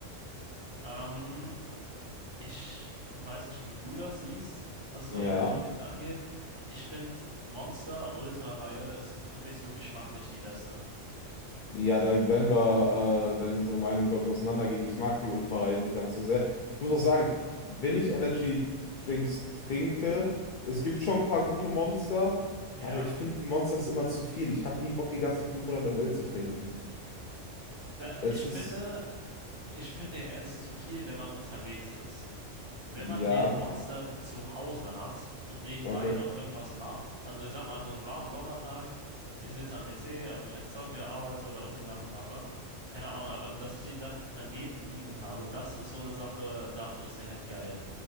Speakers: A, on the right (about 25°); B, on the left (about 65°).
A: Ähm, Ich weiß nicht, wie du das siehst, was so
B: Ja.
A: Energy Drinks angeht. Ich finde Monster Ultra-Reihe ist für mich so geschmacklich die beste.
B: Ja, da werden wir, äh, werden unsere Meinungen, glaube ich, auseinandergehen. Ich mag die Ultra-Reihe nicht ganz so sehr. Ich muss auch sagen, wenn ich Energy Drinks trinke, es gibt schon ein paar gute Monster,
A: Ja,
B: aber ich finde Monsters immer zu viel. Ich habe nie Bock, die ganzen 500 ml zu trinken.
A: da,
B: Es
A: ich finde,
B: ist,
A: ich finde er ist zu viel, wenn man unterwegs ist. Wenn
B: ja,
A: man den Monster zu Hause hat und nebenbei
B: okay.
A: noch irgendwas macht, also ich sag mal, an so einem warmen Sommertag, ich sitze am PC, ob ich jetzt zocke, arbeite oder Unisachen mache, keine Ahnung, aber dass ich den dann daneben liegen habe, das ist so eine Sache, dafür ist er halt geil.